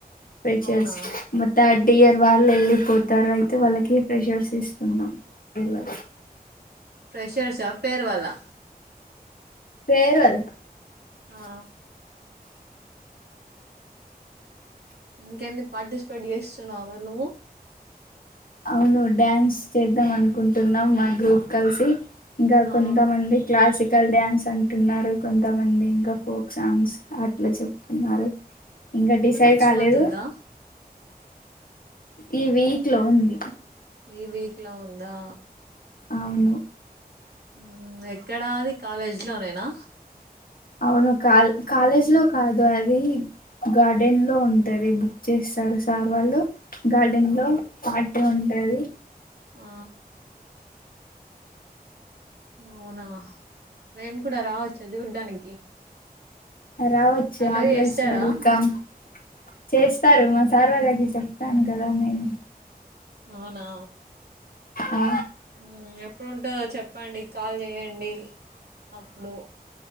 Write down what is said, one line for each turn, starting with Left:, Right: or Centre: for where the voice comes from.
Left: ఫ్రెషర్స
Right: అవునా
Left: మోత్త టియర్ వాళ్ళు ఎళ్ళిపోతారు. అయితే వాళ్ళకి ప్రెషర్స్ ఇస్తున్నాం. ఏడవా
Right: ఫ్రెషర్స్ ఆ ఫేర్వాలా
Left: ఫేర్వెల్
Right: ఆ ఇంకెంది. పాటిస్పేట్ చేస్తున్నావ, మరి నువ్వు.
Left: అవును డ్యాన్స్ చేద్దాం అనుకుంటున్నాం. మా గ్రూప్ కలిసి ఇంకా
Right: ఆ
Left: కొంతమంది క్లాసికల్ డ్యాన్స్ అంటున్నారు కొంతమంది, ఇంకా ఫోక్ సాంగ్స్ అట్లా చెప్తున్నారు. ఇంకా
Right: ఎప్పుడు
Left: డిసైడ్
Right: నెక్స్ట్
Left: కాలేదు
Right: మంత్ ఉందా
Left: ఈ వీక్ లో ఉంది
Right: ఈ వీక్లా ఉందా
Left: అవును
Right: ఉ ఎక్కడాది కాలేజ్లో నేనా
Left: అవున, కాల్ కాలేజ్ లో, కాదు అది గార్డెన్ లో ఉంటది. బుక్ చేస్తారు సార్ వాళ్ళు. గార్డెన్
Right: ఆ
Left: లో పా అే ఉంటాది
Right: ఆ అవునా మేము కూడా రావచ్చా చూడ్డానికి
Left: రావచ్చు
Right: అలో
Left: ఆల్వేస్
Right: చేస్తారా
Left: వెల్కమ్ చేస్తారు మ సార్వలైతే చెప్తాను కదా నే ను
Right: అవునా
Left: ఆ
Right: ఉమ్ ఎప్పుడుంటదో చెప్పండి కాల్ చే్యండి అప్పుడు